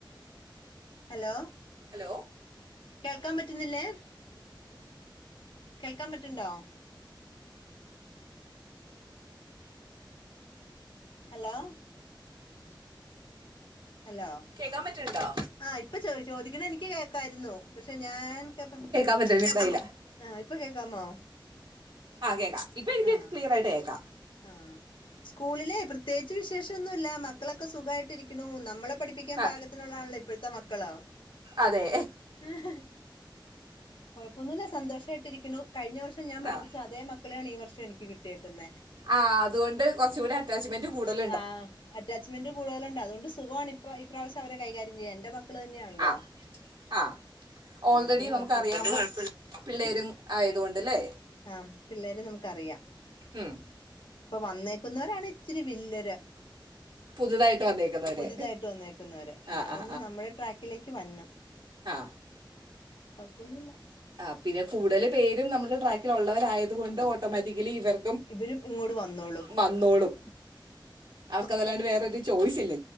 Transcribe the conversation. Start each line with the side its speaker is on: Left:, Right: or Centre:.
Left: ഹലോ
Right: ഹലോ
Left: കേൾക്കാൻ പറ്റുന്നില്ലേ കേൾക്കാൻ പറ്റണ്ടോ ഹലോ ഹലോ
Right: കേൾക്കാൻ പറ്റണ്ടോ?
Left: ആഹ് ഇപ്പൊ ചോ ചോദിക്കണ എനിക്ക് കേൾക്കായിരുന്നു പക്ഷെ ഞാൻൊക്കെ പറഞ്ഞ
Right: ഉണ്ടായില്ല
Left: ആഹ് ഇപ്പൊ കേക്കാമോ
Right: ആഹ് കേക്കാം
Left: ആഹ്
Right: ചെറുതായിട്ട് കേക്കാം
Left: ആ സ്കൂളിലെ പ്രത്യേകിച്ച് വിശേഷം മൊന്നുമല്ല മക്കളൊക്കെ സുഖമായിട്ടിരിക്കുന്നു നമ്മളെ പഠിപ്പിക്കാൻ
Right: ആ
Left: പാഗത്തിനുള്ളതാണല്ലോ ഇപ്പോഴത്തെ മക്കളോ
Right: അതെ
Left: ആഹ് കൊഴപ്പൊന്നുമില്ല സന്തോഷമായിട്ടിരിക്കുന്നു കഴിഞ്ഞ വർഷം ഞാൻ പഠപ്പിച്ച
Right: ആ
Left: അതേ മക്കളെയാണ് ഈ വർഷംനിക്ക് കിട്ടിയേക്കുന്നത്
Right: ആഹ് അതുകൊണ്ട് കുറച്ച കൂടി അറ്റാച്ച്മെന്റ് കൂടുതൽ
Left: ആഹ് അാമെന്റ് കൂടുതലുണ്ട് അതുകൊണ്ട് സുഖമാണ്ണ ഇപ്പ ഈ പ്രാവശ്യം അവരെ കൈകാര്യം ചെയ്യാം എന്റെ മക്ക മക്കൾ തന്നെയാണല്ലോ
Right: ആ ആ
Left: അതുകൊണ്ട്
Right: ഓൾറെഡി
Left: കൊഴപ്പല്ല
Right: നമുക്ക് അറിയാവുന്ന പിള്ളേരും ആയതുകൊണ്ട്ല്ലേ
Left: ആ പിള്ളേര് നമുക്ക്റിയാം
Right: ഉം
Left: ഇപ്പൊ വന്നേക്കുന്നവരാണ് ഇച്ചിരി വില്ലര്
Right: പുതുതായിട്ട് വന്നേക്കുന്നവര്
Left: പുതിതായിട്ട് വന്നേക്കുന്നവര് ഇനി
Right: ആ
Left: അവരൊന്ന്
Right: ആ
Left: നമ്മുടെ ട്രാക്കിലേക്ക് വന്നണം
Right: ആഹ്
Left: ഉം കൊഴപ്പുന്നുല്ല
Right: ആഹ് പിന്നെ കൂടുതൽ പേരും നമ്മുടെ ട്രാക്കിലള്ളവരായതുക കൊണ്ട് ഓട്ടോമാറ്റിക്കലി ഇവർ
Left: ഇവരും ഇങ്ങോട് വന്നോളും
Right: വന്നോടും അവർക്കതല്ലാണ്ട് വേറരു ചോയ്സ ഇല്ല